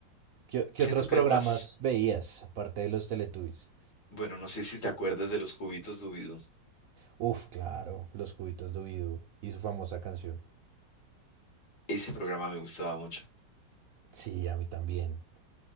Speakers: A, on the right; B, on the left.
A: ¿Qué, qué
B: siento
A: otros
B: que
A: programas
B: es más,
A: veías, aparte de los Teletubbies?
B: bueno, no sé si te acuerdas de los cubitos Dubidú.
A: Uf, claro, los cubitos Dubidú y su famosa canción.
B: Ese programa me gustaba mucho.
A: Sí, a mí también.